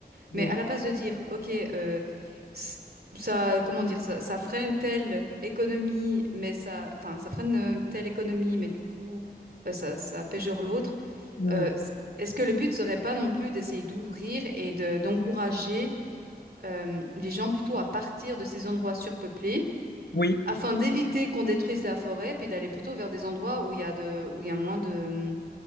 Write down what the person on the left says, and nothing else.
hmm,
hmm,
oui,